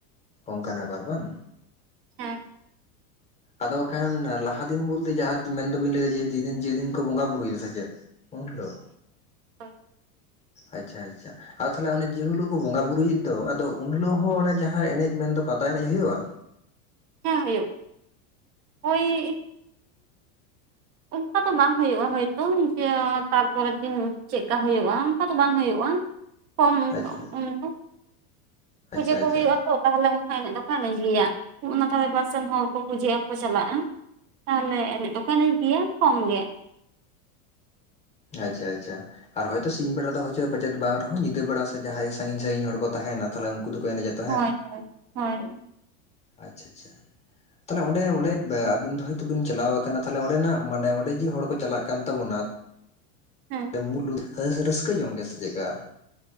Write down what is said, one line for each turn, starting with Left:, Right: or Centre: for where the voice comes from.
Left: ᱚᱱᱠᱟᱱ ᱵᱮᱯᱟᱨ ᱵᱟᱝ
Right: ᱦᱮᱸ
Left: ᱟᱫᱚ ᱠᱷᱟᱱ ᱞᱟᱦᱟ ᱫᱤᱱ ᱵᱚᱞᱛᱮ ᱡᱟᱦᱟᱸ ᱢᱮᱱ ᱫᱟᱵᱤᱱ ᱞᱟᱹᱭ ᱫᱟ ᱡᱮᱫᱤᱱ ᱡᱮᱫᱤᱱ ᱠᱚ ᱵᱚᱸᱜᱟ ᱵᱩᱨᱩᱭ ᱫᱟ ᱥᱮ ᱪᱮᱫ ᱩᱱ ᱫᱚ
Right: ᱦᱚᱭ
Left: ᱟᱪ ᱪᱷᱟ ᱟᱪ ᱪᱷᱟ ᱟᱫᱚ ᱛᱟᱦᱚᱞᱮ ᱡᱮ ᱦᱤᱞᱚᱜ ᱠᱚ ᱵᱚᱸᱜᱟᱼᱵᱩᱨᱩ ᱮᱫ ᱫᱚ ᱟᱫᱚ ᱩᱱ ᱦᱤᱞᱚᱜ ᱦᱚᱸ ᱚᱱᱟ ᱡᱟᱦᱟᱸ ᱮᱱᱮᱡ ᱢᱮᱱᱫᱚ ᱯᱟᱛᱟ ᱮᱱᱮᱡ ᱦᱩᱭᱩᱜᱼᱟ
Right: ᱦᱮᱸ ᱦᱩᱭᱩᱜ ᱦᱚᱭ ᱚᱱᱠᱟ ᱫᱚ ᱵᱟᱝ ᱦᱩᱭᱩᱜᱼᱟ ᱦᱚᱭ ᱛᱚ ᱡᱮ ᱛᱟᱨ ᱯᱚᱨᱮ ᱫᱤᱱ ᱪᱮᱫ ᱠᱟ ᱦᱩᱭᱩᱜᱼᱟ ᱚᱱᱠᱟ ᱫᱚ ᱵᱟᱝ ᱦᱩᱭᱩᱜᱼᱟ <inaudible>
Left: ᱟᱪᱪᱷᱟ ᱟᱪᱪᱷᱟ
Right: ᱯᱩᱡᱟᱹ ᱠᱚ
Left: ᱟᱪᱪᱷᱟ
Right: ᱦᱩᱭᱩᱜ ᱟᱛᱚ ᱛᱟᱦᱚᱞᱮ ᱚᱱᱠᱟ ᱮᱱᱮᱡ ᱫᱚ <inaudible> ᱜᱮᱭᱟ ᱚᱱᱟ ᱫᱷᱟᱨᱮ ᱯᱟᱥᱮᱱ ᱦᱚᱲ ᱠᱚ ᱯᱩᱡᱟᱹ ᱮᱢ ᱠᱚ ᱪᱟᱞᱟᱜᱼᱟ ᱛᱟᱦᱚᱞᱮ ᱮᱱᱮᱡ ᱫᱚᱠᱚ ᱮᱱᱮᱡ ᱜᱮᱭᱟ ᱠᱚᱢ ᱜᱮ
Left: ᱟᱪ ᱪᱷᱟ ᱟᱪ ᱪᱷᱟ ᱟᱨ ᱦᱚᱭᱛᱚ ᱥᱤᱧ ᱵᱮᱲᱟ ᱫᱚ ᱦᱚᱪᱮ ᱯᱟᱪᱮᱫ ᱵᱟᱝ ᱨᱮᱦᱚᱸ ᱧᱤᱫᱟᱹ ᱵᱮᱲᱟ ᱥᱮ ᱡᱟᱦᱟᱸᱭ ᱥᱟᱺᱜᱤᱧ ᱥᱟᱺᱜᱤᱧ ᱦᱚᱲ ᱠᱚ ᱛᱟᱸᱦᱮᱱᱟ ᱛᱟᱦᱮᱞᱮ ᱠᱩ ᱫᱚᱠᱚ ᱮᱱᱮᱡᱮᱫ
Right: ᱦᱚᱭ ᱦᱚᱭ ᱦᱚᱭ
Left: ᱟᱪ ᱪᱷᱟ ᱟᱪ ᱪᱷᱟ ᱛᱟᱦᱚᱞᱮ ᱚᱸᱰᱮ ᱚᱸᱰᱮ ᱟᱹᱵᱤᱱ ᱫᱚ ᱦᱚᱭᱛᱚ ᱵᱤᱱ ᱪᱟᱞᱟᱣ ᱠᱟᱱᱟ ᱛᱟᱦᱚᱞᱮ ᱚᱸᱰᱮ ᱱᱟᱜ ᱢᱟᱱᱮ ᱚᱸᱰᱮ ᱡᱮ ᱦᱚᱲ ᱠᱚ ᱪᱟᱞᱟᱜ ᱠᱟᱱ ᱛᱟᱵᱚᱱᱟ <inaudible>
Right: ᱦᱮᱸ
Left: ᱨᱟᱹᱥᱠᱟᱹ ᱡᱚᱝ ᱜᱮ ᱥᱮ ᱪᱮᱫ ᱠᱟ